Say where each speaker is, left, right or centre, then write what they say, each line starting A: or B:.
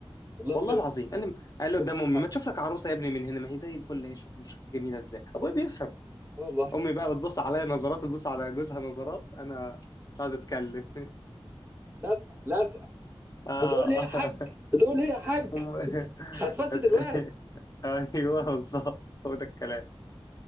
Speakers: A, on the right; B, on the left.
A: والله
B: والله
A: ابوك ده بيفهم
B: العظيم قال لي قال لي
A: ابوك
B: قدام
A: ده
B: امي
A: بيفهم
B: ما تشوف لك عروسة يا ابني من هنا ما هي زي الفل هي شوف شوف جميلة ازاي ابويا بيفهم
A: آه والله
B: امي بقى بتبص عليا نظرات وتبص على جوزها نظرات انا مش قاعد اتكلم <laughs>
A: لازق لازق
B: اه
A: بتقول ايه يا حاج بتقول ايه يا حاج
B: هم- <laughs>
A: هتفسد
B: أت-
A: الواد
B: ايوه بالظبط هو ده الكلام